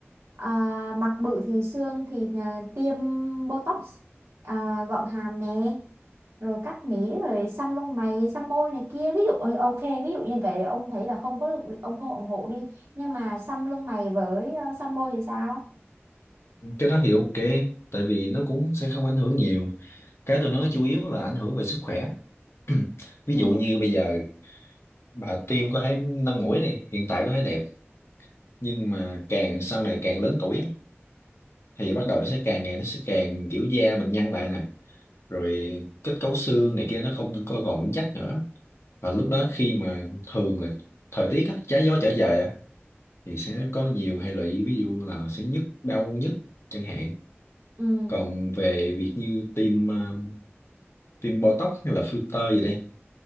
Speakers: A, on the right (about 75°); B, on the left (about 70°).
A: à, mặt bự thì xương thì à, tiêm botox à, gọn hàm nè rồi cắt mí rồi xăm lông mày xăm môi này kia ví dụ ờ, ok ví dụ như cái đấy ông thấy là không có được ông không ủng hộ đi nhưng mà xăm lông mày với ờ, xăm môi thì sao
B: cái đó thì ok tại vì nó cũng sẽ không ảnh hưởng nhiều cái tôi nói chủ yếu là ảnh hưởng về sức khỏe <clears throat> ví
A: ừ
B: dụ như bây giờ bà tiêm có thể nâng mũi đi hiện tại có thể đẹp nhưng mà càng sau này càng lớn tuổi á, thì bắt đầu nó sẽ càng ngày nó sẽ càng kiểu da mình nhăn lại nè rồi kết cấu xương này kia nó không có còn vững chắc nữa và lúc đó khi mà thường là thời tiết á, trái gió trở về thì sẽ có nhiều hệ lụy ví dụ là sẽ nhức đau nhức chẳng hạn
A: ừ
B: còn về việc như tiêm ờ, tiêm Botox hay là filter gì đi